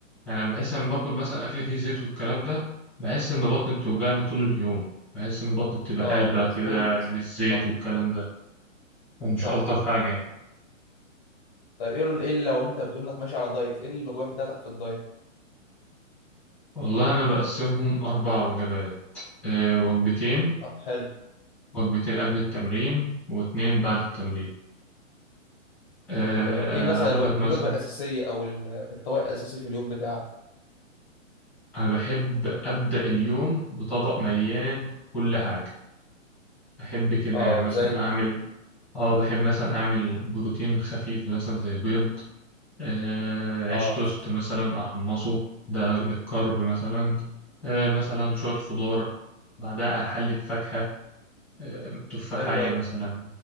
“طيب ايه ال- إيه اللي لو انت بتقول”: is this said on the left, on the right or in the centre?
Left